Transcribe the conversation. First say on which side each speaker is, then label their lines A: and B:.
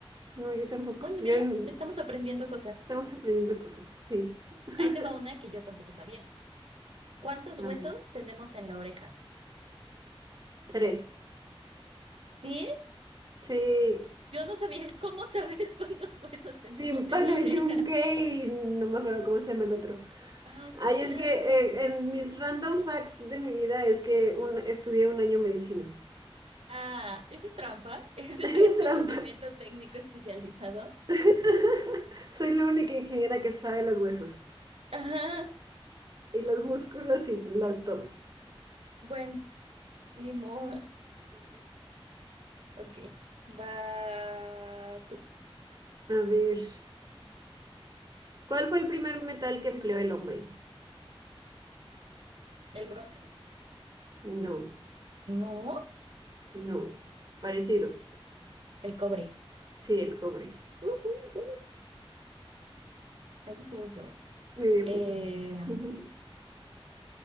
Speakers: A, on the right; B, on the right.
A: No, yo tampoco.
B: Bueno,
A: Yo
B: mira,
A: en-
B: estamos aprendiendo cosas.
A: estamos aprendiendo cosas, sí. <laughs>
B: Ahí te va una que yo tampoco sabía. ¿Cuántos huesos
A: A ver,
B: tenemos en la oreja?
A: tres.
B: ¿Sí?
A: Sí.
B: Yo no sabía <laughs> cómo sabes cuántos huesos tenemos
A: Tímpano
B: en la oreja.
A: yunque y no me acuerdo cómo se llama el otro.
B: Ah,
A: Ay,
B: claro.
A: es que eh, en mis random facts de mi vida es que un- estudié un año medicina.
B: Ah, eso es trampa. <laughs> Eso
A: <laughs> Eso
B: es
A: es
B: conocimiento
A: trampa.
B: técnico especializado.
A: <laughs> Soy la única ingeniera que sabe los huesos
B: Ajá.
A: y los músculos y las todos
B: Bueno, ni modo. Ok. Vas tú.
A: A ver, ¿cuál fue el primer metal que empleó el hombre?
B: El bronce.
A: No,
B: No.
A: no, parecido.
B: El cobre.
A: Sí, el cobre.
B: Uh, uh, uh, 20 puntos.
A: medio
B: Eh,
A: punto. <laughs>